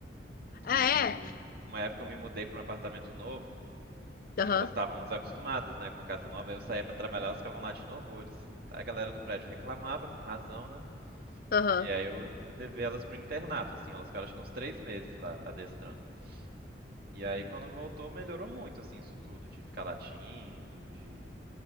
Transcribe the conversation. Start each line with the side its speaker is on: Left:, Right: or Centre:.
Right: Que
Left: Ah, é?
Right: uma época eu me mudei pra um apartamento novo
Left: Aham,
Right: e elas estavam desacostumadas, né, com a casa nova. Aí eu saía pra trabalhar, elas ficavam latindo horrores. Aí a galera do prédio reclamava, com razão, né?
Left: aham.
Right: E aí eu levei elas pro internato, assim, elas ficaram acho que uns três meses lá adestrando. E aí quando voltou melhorou muito, assim, isso tudo, de ficar latindo, de